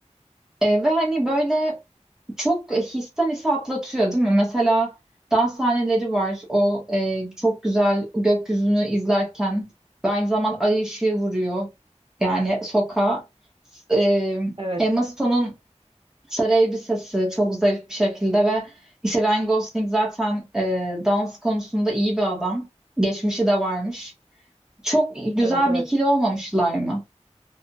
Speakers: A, in the centre; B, on the right.
A: E, ve hani böyle çok histen ise atlatıyor değil mi? Mesela dans sahneleri var. O e, çok güzel gökyüzünü izlerken ve aynı zaman ay ışığı vuruyor. Yani sokağa. S- E,
B: Evet,
A: Emma Stone'un sarı elbisesi çok zarif bir şekilde ve işte Ryan Gosling zaten e, dans konusunda iyi bir adam. Geçmişi de varmış. Çok güzel
B: evet, evet.
A: bir ikili olmamışlar mı?